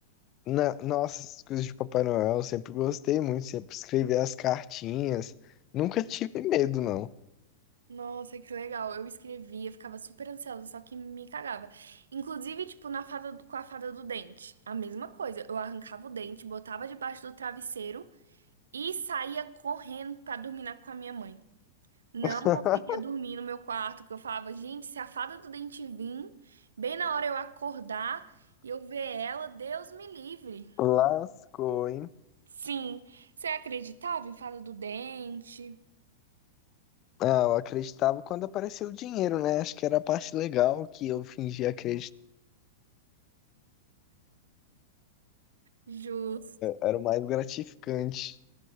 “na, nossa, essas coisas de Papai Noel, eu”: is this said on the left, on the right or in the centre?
Left